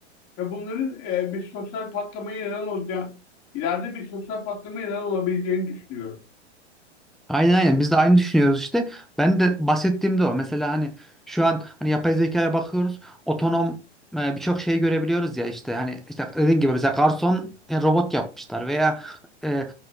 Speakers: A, on the left (about 45°); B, in the centre.
A: ve bunların e, bir sosyal patlamaya neden olacak ileride bir sosyal patlamaya neden olabileceğini düşünüyorum.
B: Aynen aynen biz de aynı düşünüyoruz işte. Ben de bahsettiğimde o. Mesela hani şu an hani yapay zekaya bakıyoruz. Otonom e, birçok şeyi görebiliyoruz ya işte hani işte dediğin gibi mesela garson e, robot yapmışlar veya e,